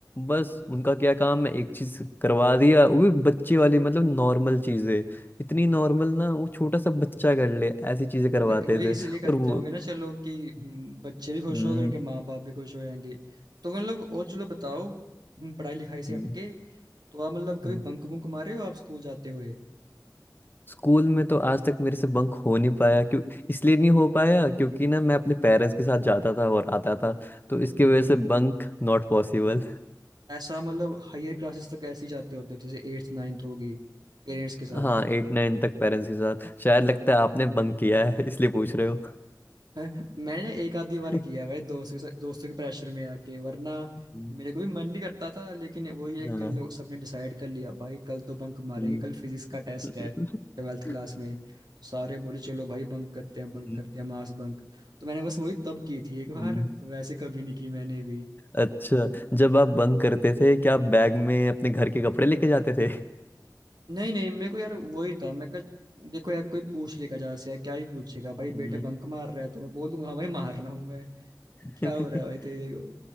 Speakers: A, on the left; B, on the right.
A: बस उनका क्या काम है एक चीज करवा दिया वो भी बच्चे वाली मतलब नॉर्मल चीजें इतनी नॉर्मल ना वो छोटा सा बच्चा कर ले ऐसी चीजें करवाते
B: वो फिर वही
A: थे
B: इसलिए करते
A: और वो
B: होंगे ना चलो कि हम्म, बच्चे भी खुश
A: हम्म
B: हो गए उनके माँ बाप भी खुश हो जाएंगे तो मतलब और चलो बताओ हम्म, पढ़ाई लिखाई से
A: <laughs>
B: हटके तो आप मतलब कभी
A: हम्म।
B: बंक बुंक मारे हो आप स्कूल जाते हुए
A: स्कूल में तो आज तक मेरे से बंक हो नहीं पाया क्यों इसलिए नहीं हो पाया क्योंकि ना मैं अपने पेरेंट्स के साथ जाता था और आता था तो इसकी वजह से बंक नॉट पॉसिबल
B: ऐसा मतलब हायर क्लासेस तक ऐसे ही जाते होते हो जैसे एट्थ नाइन्थ होगी पेरेंट्स
A: <laughs>
B: के साथ
A: हाँ एट नाइन तक पेरेंट्स के साथ शायद लगता है आपने बंक किया है इसलिए पूछ रहे हो
B: <laughs> हैं? मैंने एक आधी बार
A: <laughs>
B: किया भाई दोस्तों के साथ- दोस्तों के प्रेशर में आके वरना
A: हम्म,
B: मेरे को भी मन नहीं करता था लेकिन वही एक
A: हाँ
B: दिन लोग सबने डिसाइड कर लिया भाई कल तो बंक मारेंगे
A: हम्म।
B: कल फिजिक्स का टेस्ट
A: <laughs>
B: है ट्वेल्थ क्लास में तो सारे बोले चलो भाई बंक करते हैं बंक
A: हम्म,
B: करते हैं मास बंक तो मैंने बस वही तब की थी एक बार
A: हम्म।
B: वैसे कभी नहीं की मैंने भी
A: अच्छा जब आप बंक करते थे क्या आप बैग में अपने घर के कपड़े लेके जाते थे
B: नहीं नहीं मेरे को यार वही था मैं कहा देखो यार कोई पूछ लेगा जरा से यार क्या ही पूछेगा भाई
A: हम्म।
B: बेटे बंक मार रहा है तो मैं बोल दूंगा हाँ भाई मार रहा हूँ
A: <laughs>
B: क्या हो रहा है भाई तेरे को